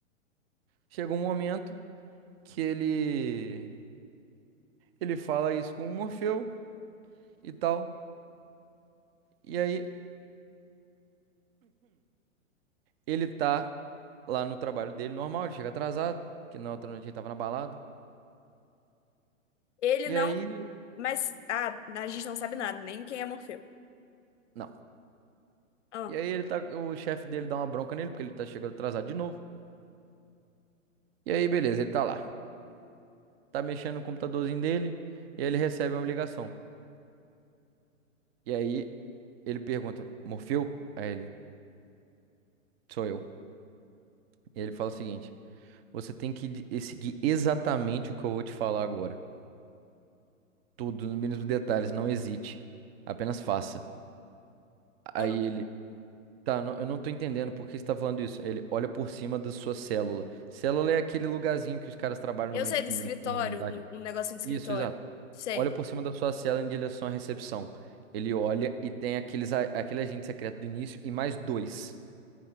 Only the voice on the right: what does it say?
chega um momento que ele ele fala isso com o Morfeu e tal. E aí ele tá lá no trabalho dele normal, ele chega atrasado, porque na outra noite ele tava na balada.
E
aí,
não.
E aí ele tá, o chefe dele dá uma bronca nele porque ele tá chegando atrasado de novo. E aí, beleza, ele tá lá. tá mexendo no computadorzinho dele e aí ele recebe uma ligação. E aí ele pergunta: Morfeu? Aí ele: Sou eu. E ele fala o seguinte: Você tem que de- seguir exatamente o que eu vou te falar agora. Tudo, nos mínimos detalhes, não hesite. Apenas faça. Aí
ele: Tá, não- eu não tô entendendo por que você tá falando isso. Aí Ele olha por cima da sua célula. Célula é aquele lugarzinho que os caras trabalham
numa,
em,
em-
num andar
de.
Isso, exato.
olha por cima da sua cela em direção à recepção. Ele olha e tem aqueles, a- aquele agente secreto do início e mais dois